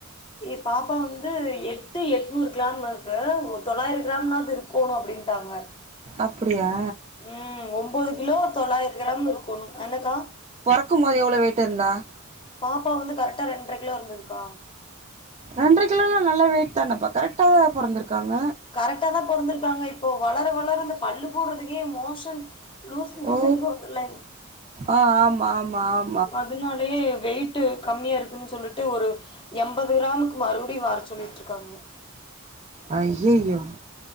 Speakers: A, on the left; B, on the right.
A: ஏ பாப்பா வந்து எட்டு எட்நூறு கிலாம் இருக்கு ஒரு தொளாயிரம் கிராம்னாவது இருக் கோணோ அப்டீன்ட்டாங்க
B: அப்புடியா
A: ம் ஒம்போது கிலோ தொளாயிர கிராம் இருக்கோணு என்னக்கா
B: பொறக்கும் போது எவ்ளோ வெயிட் இருந்தா
A: பாப்பா வந்து கரெட்டா ரெண்டற கிலோ இருந்ததுக்கா
B: ரெண்ட்ர கிலோலா நல்லா வெயிட் தானப்பா கரெக்டாதா பொறந்துருக்காங்க
A: கரெக்டாதா பொறந்திருக்காங்க இப்போ வளர வளர இந்த பல்லு போட்றதுக்கே மோஷன் லூஸ் மோஷன்
B: ஓ
A: போக்தில்லங்
B: ஆ ஆமா ஆமா ஆம்
A: அதுனாலயே வெய்ட்டு கம்மியா இருக்குன் சொல்லிட்டு ஒரு எம்பது கிராமக்கு மறுபடியு வர சொல்லிட்டு இருக்காங்க
B: அய்யய்யோ